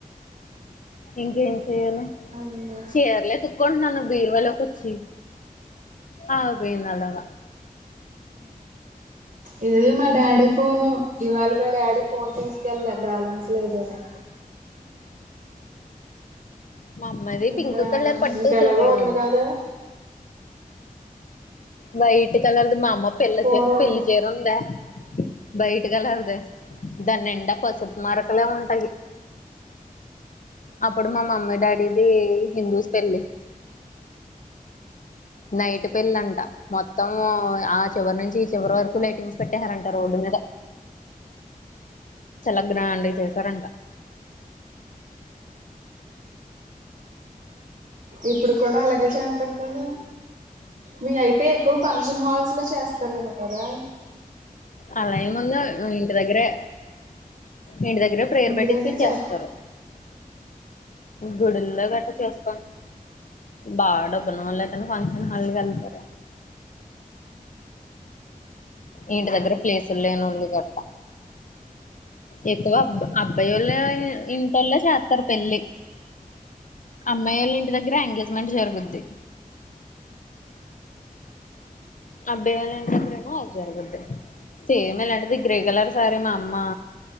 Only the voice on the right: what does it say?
అయ్యో
ఇది మా డాడీ ఫోను ఇవాళ మా డాడీ ఫోన్ తీసుకెళ్ళ బ్యాలెన్స్ లేదని
ఇంకా
ఇంకా
ఎలాగో
కదా
పూర్వం
ఇప్పుడు కూడా అలాగే చేత్తరు కదా మీయ్యాయితే ఎక్కువ ఫంక్షన్ హాల్స్ లో చేస్తారేమొ కదా
ఇంటి
దగ్గర
చే